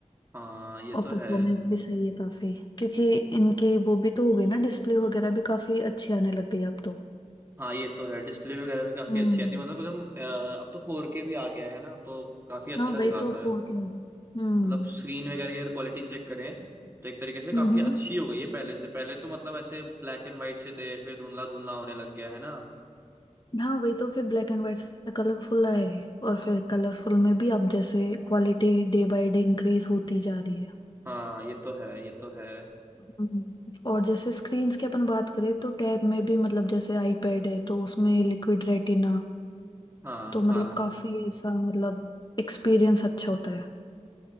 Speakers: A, on the right (about 20°); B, on the left (about 35°).
A: हाँ ये
B: और
A: तो
B: परफॉर्मेंस
A: है
B: भी सही है काफी क्योंकि इनकी वो भी तो हो गई ना डिस्प्ले वगैरह भी काफी अच्छी आने लग गई अब तो
A: हाँ ये तो है डिस्प्ले वगैरह भी काफी
B: हम्म
A: अच्छी आती है मतलब एकदम अ, अब तो फोर के भी आ गया है ना तो काफी अच्छा
B: हाँ वही
A: दिखाता
B: तो फोर
A: है
B: के आ गए। हम्म
A: मतलब स्क्रीन वगैरह की अगर क्वालिटी चेक करें तो एक तरीके से काफी
B: हम्म हम्म।
A: अच्छी हो गई है पहले से पहले तो मतलब ऐसे ब्लैक एंड वाइट से थे फिर धुंधला धुंधला होने लग गया है ना
B: हाँ वही तो फिर ब्लैक एंड व्हाइट से कलरफुल आए और फिर कलरफुल में भी अब जैसे quality day by day increase होती जा रही है
A: हाँ ये तो है ये तो है
B: हम्म। और जैसे स्क्रीन्स की अपन बात करें तो टैब में भी मतलब जैसे आईपैड है तो उसमें लिक्विड रेटिना
A: हाँ
B: तो
A: हाँ
B: मतलब काफी ऐसा मतलब एक्सपीरियंस अच्छा होता है